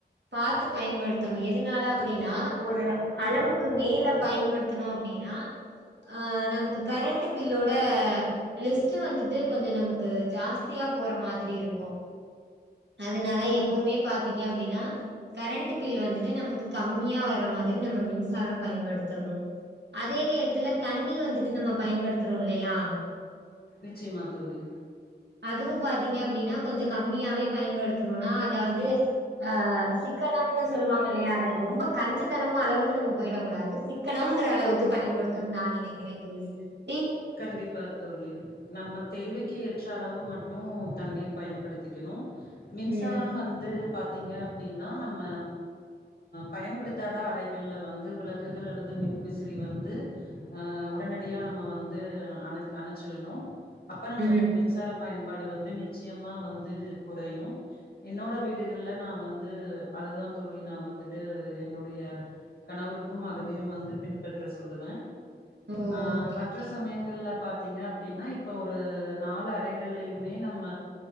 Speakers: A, on the right (about 85°); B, on the left (about 70°).
A: பார்த்து பயன்படுத்தணு எதுனால அப்படின்னா ஒரு அளவுக்கு மேல பயன்படுத்தணு அப்படின்னா ஆஹ் நமக்கு கரண்ட் பில்லோட லிஸ்ட் வந்துட்டு கொஞ்ச நமக்கு ஜாஸ்தி பிரீயா போற மாதிரி இருக்கும் அதனால எப்பவுமே பாத்தீங்க அப்படின்னா கரண்ட் பில் வந்துட்டு நமக்கு கம்மியா வர்ற மாதிரி நம மின்சாரம் பயன்படுத்தணும் அதே நேர த்துல தண்ணி வந்துட்டு நம்ம பயன்படுத்துறோ இல்லையா
B: நிச்சயமா தோழி
A: அதுவும் பாத்தீங்க அப்படின்னா கொஞ்ச கம்மியாவே பயன்படுத்தணும்னா அதாவது ஆஹ் சிக்கனம்னு சொல்லுவாங்க இல்லையா அது ரொம்ப கஞ்சத்தனமு அளவுக்கு நம்ம போயிடக் கூடாது சிக்கனம்ங்கிற அளவுக்கு ப பயன்படுத்தணுன் நான் நினைக்கிறேன் <unintelligible>
B: கண்டிப்பா தோழி நம்ம தேவை க்கு ஏற்ற அளவு மட்டு தண்ணீர் பயன்படுத்திக்கணு மின்சாரம்
A: ம்,
B: வந்து பாத்து பாத்தீங்க அப்படின்னா நம்ம பயன்படுத்தாத அறைகள்ல வந்து விளக்குகள் அல்லது மின் விசிறி வந்து ஹ உடனடியா நம்ம வந்து வந்து அணைச்சிடணு அப்ப நம்மளுக்கு
A: ம்.
B: மின்சார பயன்பாடு இது வந்து நிச்சியமா வந்து குறையு என்னோட வீடுகள்ல நா வந்து அதுதா தோழி நா வந்திட்டு என்னுடைய கணவருக்கும் மகனையு வந்து பின்பற்ற சொல்லுவே
A: ஓ
B: ஆ
A: ஓகே
B: மத்
A: ஓகே
B: ற்ற சமயங்கள்ல பாத் த்திங்னா அப்டின்னா இப்போ ஒரு நாலு அறைகள்லயுமே நம்ம